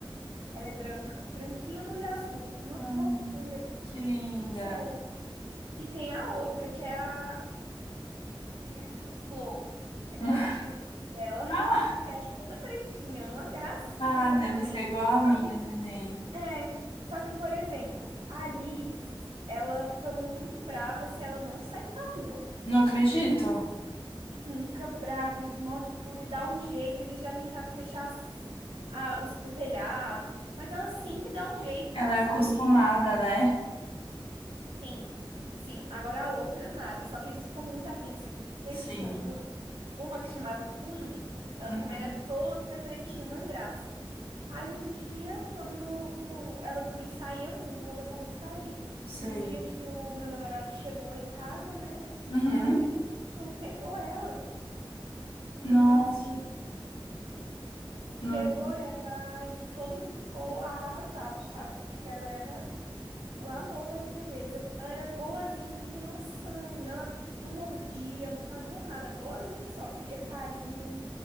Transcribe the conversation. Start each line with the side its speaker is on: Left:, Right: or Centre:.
Right: Ela é branca, branquinha do olho azul, uma
Left: Hum,
Right: fofura,
Left: que linda.
Right: sério. E tem a outra, que é a É a Clo. É Clotilde
Left: <laughs>
Right: o nome dela. <laughs>
Left: Ah,
Right: Que é toda pretinha, uma gracinha
Left: ah, deve
Right: também.
Left: ser igual a minha,
Right: Só que,
Left: neném.
Right: é, só que, por exemplo, a Alice, ela fica muito brava se ela não sair pra rua.
Left: Não acredito.
Right: Sim, fica brava e morde tudo e dá um jeito. Eles já tentaram fechar as- a- os- o telhado, mas ela sempre dá um jeito
Left: Ela
Right: pra
Left: é
Right: sair.
Left: acostumada, né?
Right: Sim, sim. Agora a outra, nada. Só que eles ficam muito apreensivos, porque eles
Left: Sim.
Right: tinham um, uma que chamava Fuin, que ela
Left: Uhum.
Right: também era toda pretinha, uma graça. Aí um dia, quando ela também saía muito, ela gostava de sair.
Left: Sei.
Right: Um dia que o meu namorado chegou em casa, né?
Left: Uhum.
Right: Você acredita que o cachorro pegou ela,
Left: Nossa,
Right: do vizinho,
Left: não
Right: pegou
Left: acredito.
Right: ela, e todo mundo ficou arrasado, sabe? Porque ela era o amor da vida deles. Ela era boazinha, você não tem noção. Ela não mordia, não fazia nada. Boazinha que só pedia carinho.